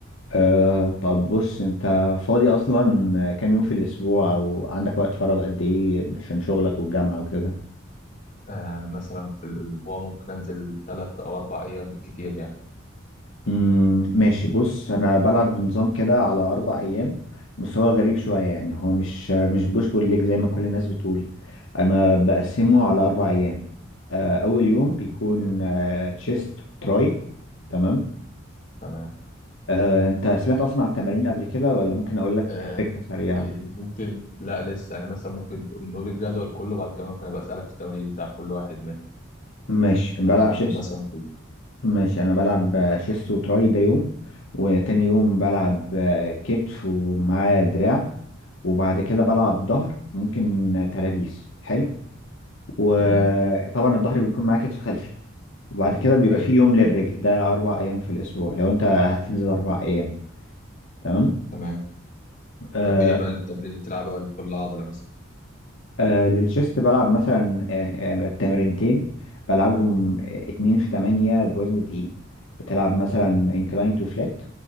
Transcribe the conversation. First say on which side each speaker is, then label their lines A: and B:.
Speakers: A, on the left; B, on the left.
A: أه طب بص انت فاضي اصلا كام يوم في الاسبوع او عندك وقت فراغ قد ايه عشان شغلك والجامعة وكده
B: آه مثلا في الاسبوع ممكن انزل ثلاث او اربع ايام بالكتير يعني
A: امم ماشي بص انا بلعب بنظام كده على اربع ايام بس هو غريب شوية يعني هو مش مش بوش بول ليج زي ما كل الناس بتقول انا بقسمه على اربع ايام أه اول يوم بيكون أه تشيست وتراي تمام
B: تمام
A: أه انت سمعت اصلا عن التمارين قبل كده ولا ممكن اقول لك
B: آه
A: فكرة سريعة
B: إيه، ممكن لا لسه يعني مثلا ممكن نقول الجدول كله بعد كده ممكن ابقى اسالك في التمارين بتاع كل واحد ماشي
A: ماشي بلعب
B: هنحدد
A: شيست
B: مثلا كله
A: ماشي انا بلعب شيست وتراي ده يوم وتاني يوم بلعب كتف ومعاه دراع وبعد كده بلعب ظهر ممكن ترابيس حلو وطبعا
B: تمام
A: الظهر بيكون معاه كتف خلفي وبعد كده بيبقى
B: ايوه
A: فيه يوم للرجل ده اربع ايام في الاسبوع لو انت هتنزل اربع ايام تمام
B: تمام
A: آه
B: طب ايه بقى التمرين اللي بتلعبها لكل عضله مثلا
A: آه للشيست بلعب مثلا آه آه تمرينتين بلعبهم آه اتنين في تمانية بوزن تقيل بتلعب مثلا انكلاين تو فلات